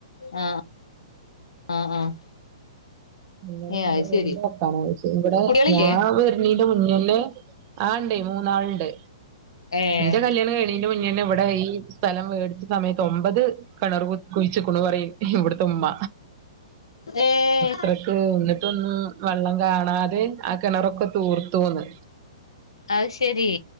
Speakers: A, on the left; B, on the right.
A: ആഹ് ആഹ് ആഹ്
B: ഇങ്ങനെ
A: ഏഹ് അത്
B: റോഡിന്റെ
A: ശരി
B: വക്കാണോ ചോയ്ച്ചേ ഇവിടെ
A: കുട്ടികളില്ലേ
B: രാവി ണീന്റെ മുന്നിലെ ആഹ് ണ്ട് മൂന്നാള്ണ്ട്
A: ഏഹ്
B: ന്റെ കല്യാണം കഴി ന്റെ മുന്നെന്നെ വടെ ഈ സ്ഥലം വേടിച്ച സമയത്ത് ഒമ്പത് കെണർ കു കുയിച്ച്ക്ക്ണു പറയും ഇവിട്ത്തെ ഉമ്മ
A: ഏഹ്
B: അത്രക്ക് ഒന്നിട്ടൊന്നും വെള്ളം കാണാതെ ആ കിണറൊക്കെ തൂർത്തുന്ന്
A: അയ്ശരി